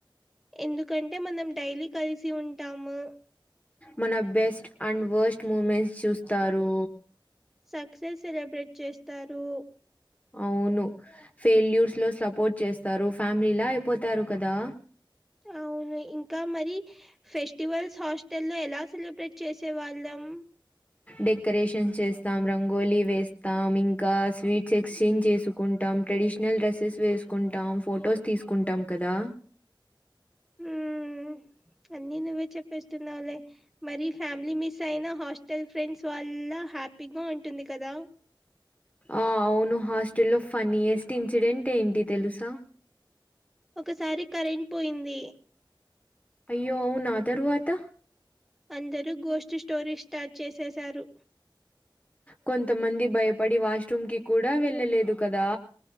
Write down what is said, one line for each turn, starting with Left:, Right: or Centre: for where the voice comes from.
Centre: ఎందుకంటే మనం డైలీ కలిసి ఉంటాము
Left: మన బెస్ట్ అండ్ వర్స్ట్ మూమెంట్స్ చూస్తారు
Centre: సక్సెస్ సెలబ్రేట్ చేస్తారు
Left: అవును ఫెయిల్యూర్స్ లో సపోర్ట్ చేస్తారు ఫ్యామిలీలా అయిపోతారు కదా
Centre: అవును ఇంకా మరి ఫెస్టివల్స్ హాస్టల్ లో ఎలా సెలబ్రేట్ చేసే వాళ్ళం
Left: డెకరేషన్స్ చేస్తాం రంగోలీ వేస్తాం ఇంకా స్వీట్స్ ఎక్స్చేంజ్ చేసుకుంటాం ట్రెడిషనల్ డ్రెస్సెస్ వేసుకుంటాం ఫొటోస్ తీసుకుంటాం కదా
Centre: హ్మ్మ్ అన్నీ నువ్వే చెప్పేస్తున్నావే మరి ఫ్యామిలీ మిస్ అయినా హాస్ట స్టల్ ఫ్రెండ్స్ వాళ్ళ హ్యాపీగా ఉంటుంది కదా
Left: ఆ అవును హాస్టల్లో ఫన్నయెస్ట్ ఇన్సిడెంట్ ఏంటి తెలుసా
Centre: ఒకసారి కరెంట్ పోయింది
Left: అయ్యో అవ్నా తర్వాత
Centre: అందరూ గోస్ట్ స్టోరీ స్టార్ట్ చేసేశారు
Left: కొంతమంది భయపడి వాష్రూమ్ కి కూడా వెళ్ళలేదు కదా